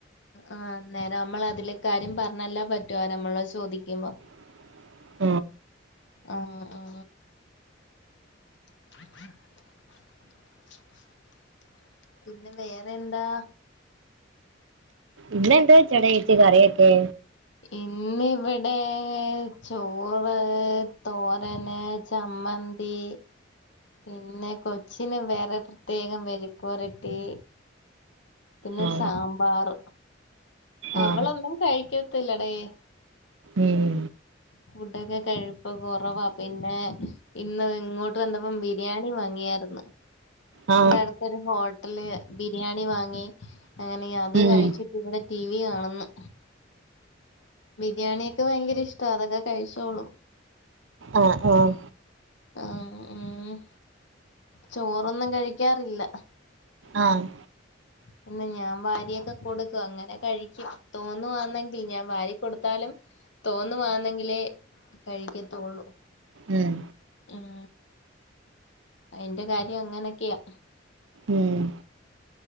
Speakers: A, on the left; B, on the right.
A: ആഹ് അന്നേരം നമ്മൾ അതിലേക്കാര്യം പറഞ്ഞല്ലാ പറ്റോ നമ്മളോട് ചോദിക്കുമ്പോ
B: <inaudible>
A: ആഹ് ആ <unintelligible> <unintelligible> പിന്നെ വേറെ എന്താ
B: ഇന്നെന്തു വെച്ചടെ ചേച്ചി കറിയൊക്കെ
A: ഇന്നിവിടെ ചോറ് തോരന് ചമ്മന്തി പിന്നെ കൊച്ചിന വേറെ പ്രത്യേകം മെഴുക്കുപുരട്ടി പിന്നെ
B: ആ
A: സാമ്പാർ
B: ആ
A: അവളൊന്നും കഴിക്കത്തില്ലടെ
B: ഉം,
A: ഫുഡൊക്കെ കഴുപ്പ് കൊറേവാ പിന്നെ ഇന്ന് ഇങ്ങോട്ട് വന്നപ്പം ബിരിയാണി വാങ്ങിയായിരുന്നു
B: ആ
A: അവിടെ അടു ഒരു ഹോട്ടല് ബിരിയാണി വാങ്ങി അങ്ങനെ അത്
B: ഉം,
A: കഴിച്ചിട്ട് ഇവിടെ ടി വി കാണുന്നു ബിരിയാണിയൊക്കെ ഭയങ്കര ഇഷ്ട അതൊക്കെ കഴിച്ചോളൂ
B: ആഹ് ആഹ്
A: ആഹ് ഉം ചോറൊന്നും കഴിക്കാറില്ല
B: ആഹ്
A: പിന്നെ ഞാൻ വാരിയൊക്കെ കൊടുക്കും അങ്ങനെ കഴിക്കും തോന്നുവാന്നെങ്കിൽ ഞാൻ വാരികൊടുത്താലും തോന്നുവാന്നെങ്കിലേ കഴിക്കത്തോള്ളൂ
B: ഉം,
A: ഉം അയിന്റെ കാര്യ അങ്ങനൊക്കെയാ
B: ഉം.